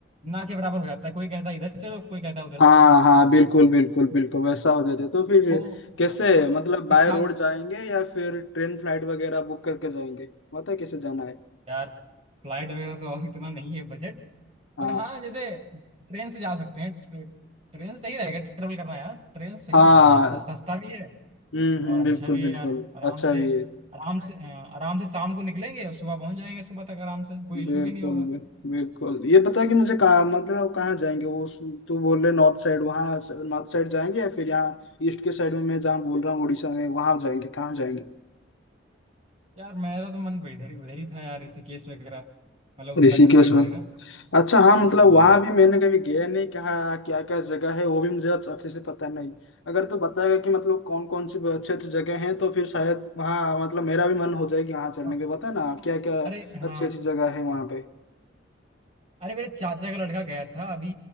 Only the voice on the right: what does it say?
ना के बराबर हो जाता है कोई कहता है इधर चलो कोई कहता है उधर
चलो
तो
वो
हाँ वो फिर
साथ
यार फ्लाइट वगैरह तो इतना नहीं है बजट
पर हाँ जैसे ट्रेन से जा सकते हैं ट्रे, ट्रेन से सही रहेगा ट्रेवल करना यार ट्रेन सही
रहता है यार सस्ता सस्ता भी है
और
अच्छा
भी
है यार आराम
से
आराम से अ, आराम से शाम को निकलेंगे और सुबह पहुंच जाएंगे सुबह तक आराम से कोई इशू
भी नहीं होगा
यार मेरा तो मन इधर ही उधर ही था यार ऋषिकेश वगैरह मतलब उत्तराखंड
साइड
वगैरह
हाँ
हाँ,
अरे हाँ
अरे मेरे चाचा का लड़का गया था अभी